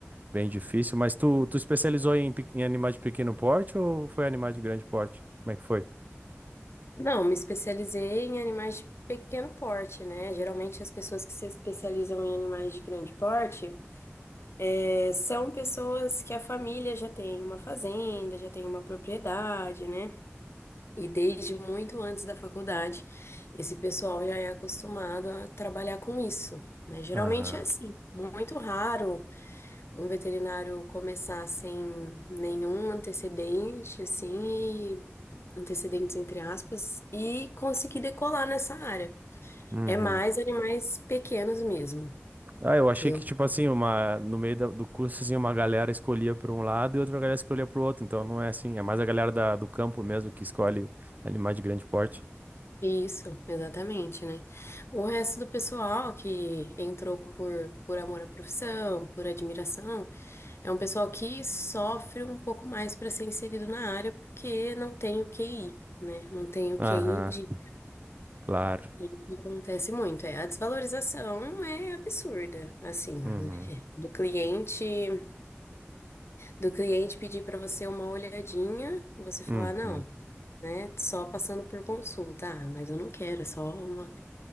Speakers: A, on the right (about 35°); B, on the left (about 60°).
A: bem difícil. Mas tu, tu especializou em, pe- em animais de pequeno porte ou foi animais de grande porte? Como é que foi?
B: Não, me especializei em animais de pequeno porte, né? Geralmente as pessoas que se especializam em animais de grande porte é, são pessoas que a família já tem uma fazenda, já tem uma propriedade, né? E desde muito antes da faculdade, esse pessoal já é acostumado a trabalhar com isso, né? Geralmente
A: Aham.
B: é assim, muito raro um veterinário começar sem nenhum antecedente, assim, e- antecedentes entre aspas, e conseguir decolar nessa área.
A: Uhum.
B: É mais animais pequenos mesmo.
A: Ah, eu achei
B: Eu
A: que, tipo assim, uma, no meio da- do curso, assim, uma galera escolhia para um lado e outra galera escolhia para o outro. Então não é assim, é mais a galera da- do campo mesmo que escolhe animais de grande porte.
B: isso, exatamente, né? O resto do pessoal que entrou por, por amor à profissão, por admiração, É um pessoal que sofre um pouco mais para ser inserido na área porque não tem o QI, né? Não tem o
A: Aham,
B: QI indica.
A: claro.
B: E isso acontece muito. É, a desvalorização é absurda, assim, né?
A: Uhum.
B: Do cliente, do cliente pedir para você uma olhadinha, você falar
A: Uhum.
B: não, né? Só passando por consulta. Ah, mas eu não quero, é só uma.